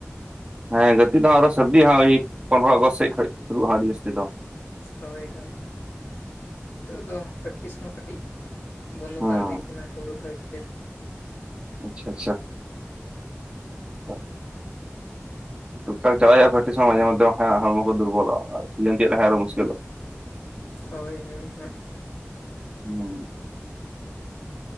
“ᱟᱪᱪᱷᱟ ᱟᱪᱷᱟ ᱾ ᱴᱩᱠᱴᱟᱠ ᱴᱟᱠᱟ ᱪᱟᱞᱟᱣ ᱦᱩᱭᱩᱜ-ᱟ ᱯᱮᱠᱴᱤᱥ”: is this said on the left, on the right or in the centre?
Right